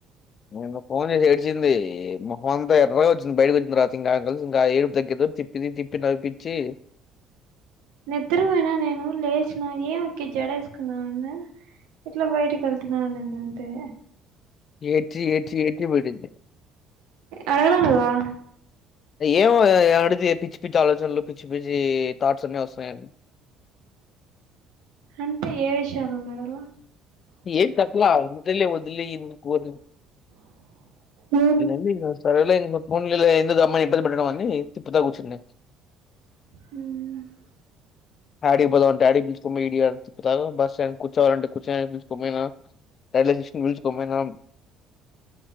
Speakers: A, on the left; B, on the right.
A: నిన్న ఫోన్ చేసి ఏడ్చింది మొహమంతా ఎర్ర వచ్చింది బయటికోచ్చిన తరువాత ఇంకా కలిసి ఇంకా ఆ ఏడుపు తగ్గేలోపు తి తిప్పిది తిప్పి నవ్విపిచ్చి
B: నిద్రపోయినా నేను లేచిన ఎం అక్కి జడేసుకున్నావన్నా ఇట్లా బయటికేళ్తున్నా అనిందంతే
A: ఏడ్చి ఏడ్చి ఏడ్చి పడింది
B: అడగలా నువ్వా
A: ఏమో అడితే పిచ్చి పిచ్చి ఆలోచనలు పిచ్చి పిచ్చి థాట్స్ అన్ని వస్తాయ
B: అంటే ఏ విషయాలు అని అడుగవా
A: ఎట్ చెప్పలా వదిలేయ్ వదిలెయ్ ఎందుకు
B: ఉమ్
A: నిన్న ఏ గాజు సరేలా ఇంకా పోనీలే ఎందుకు అమ్మాయిని ఇబ్బంది పెట్టడం అని తిప్పుతా కూర్చున్న
B: హుహ్
A: ఆడికి పోదాం అంటే ఆడికి తీసుకొని పోయిండా త బస్ స్టాండ్ కూర్చడానికి తీసుకోపోయినా <unintelligible> తీసుకొనిపోయినా